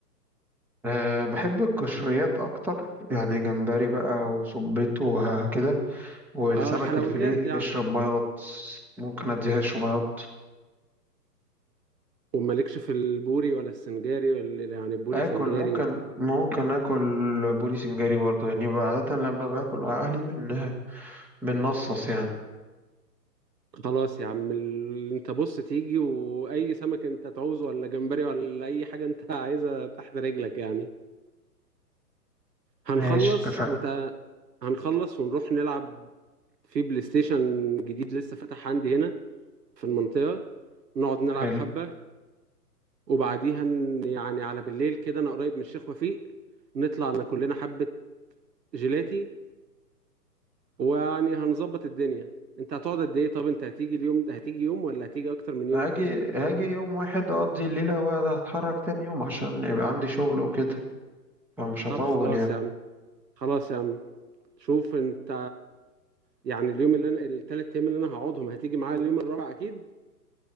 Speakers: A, in the centre; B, on the right (about 80°).
A: أه بحب القشريات أكتر يعني جمبري بقى وسبيط وكده والسمك
B: اه الحلويات
A: الفيليه
B: يعني
A: اشرب بياض ممكن أديهاش في بياض
B: ومالكش في البوري ولا السنجاري ولا يعني البوري
A: آكل
B: سنجاري
A: ممكن
B: ولا إيه؟
A: ممكن آكل بوري سنجاري برضه يعني بقى عادة لما باكل مع أهلي بن بنصص يعني
B: خلاص يا عم ال... انت بص تيجي واي سمك انت تعوزه ولا جمبري ولا اي حاجة انت <laughs> عايزها تحت رجلك يعني هنخلص
A: ماشي اتفقنا
B: وت... هنخلص ونروح نلعب في بلاي ستيشن جديد لسه فتح عندي هنا في المنطقة نقعد نلعب
A: حلو
B: حبة وبعديها ن- يعني على بالليل كده أنا قريب من الشيخ وفيق نطلع ناكل لنا حبة جيلاتي ويعني هنظبط الدنيا أنت هتقعد قد إيه طب أنت هتيجي اليوم ده هتيجي يوم ولا هتيجي أكتر من يوم
A: هاجي هاجي يوم واحد أقضي الليلة وأتحرك تاني يوم عشان يبقى عندي شغل وكده فمش هطول
B: طب خلاص
A: يعني
B: يا عم خلاص يا عم شوف أنت يعني اليوم اللي أنا التلات أيام اللي أنا هقعدهم هتيجي معايا اليوم الرابع أكيد